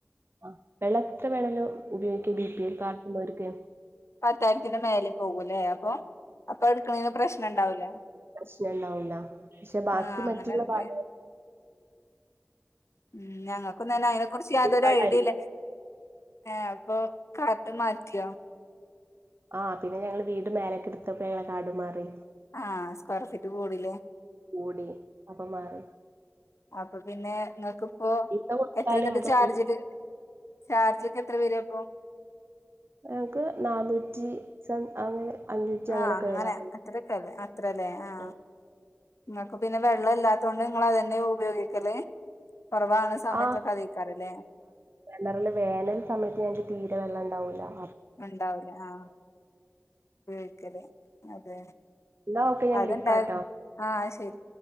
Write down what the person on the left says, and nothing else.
പത്തായിരത്തിന്റെ മേലെ പോകൂലേ അപ്പൊ അപ്പൊ എടുക്കണേന്ന് പ്രശ്നംണ്ടാവൂല
ആഹ് അങ്ങനെണ്ല്ലേ
ഉം ഞങ്ങൾക്കുംന്നന്നെ അതിനെ കുറിച്ച് യാതൊരു
ഐഡിയില്ല ഏ അപ്പൊ കാർഡ് മാറ്റിയോ
ആഹ് സ്ക്വയർ ഫീറ്റ് കൂടിലേ
അപ്പൊ പിന്നെ ങ്ങക്ക് ഇപ്പോ
എത്ര ന്ന്ട്ട്
ചാർജിൽ ചാർജ് എത്ര പേരാപ്പോ
ആഹ് അങ്ങനെ
അത്രൊക്കല്ലേ അത്രല്ലേ ആഹ്
ഇങ്ങ അപ്പ പിന്നെ വെള്ളം ഇല്ലാത്തൊണ്ട് ങ്ങള് അതന്നെ ഉപയോഗിക്കല് കുറവാണ് സമയത്തൊക്കെ
അതേക്കാരല്ലേ
ഉണ്ടാവൂല ആഹ് ഉപയോഗിക്കല് അതെ
അതന്നെ
അതന്നെ ആഹ് അഅ് ശരി